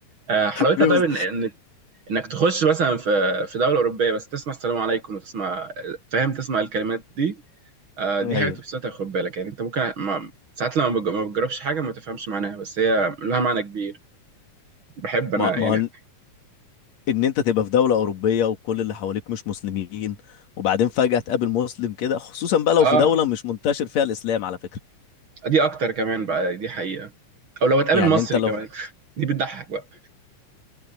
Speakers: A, on the right; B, on the left.
A: آه، حلاوتها
B: في
A: طيب
B: مس...
A: ان ان انك تخش مثلا في في دوله اوروبيه بس تسمع السلام عليكم وتسمع فاهم تسمع الكلمات دي آه، دي
B: أيوة
A: حاجه تبسطك خد بالك يعني انت ممكن ما ساعات لما بج- ما بتجربش حاجه ما تفهمش معناها بس هي لها معنى كبير بحب انا
B: ما ما
A: يعني
B: هو إن أنت تبقى في دولة أوروبية وكل اللي حواليك مش مسلمين وبعدين فجأة تقابل مسلم كده خصوصا بقى لو
A: اه
B: في دولة مش منتشر فيها الإسلام على فكرة
A: دي اكتر كمان بقى دي حقيقه او لو هتقابل
B: يعني
A: مصري
B: أنت لو
A: كمان <laughs> دي بتضحك بقى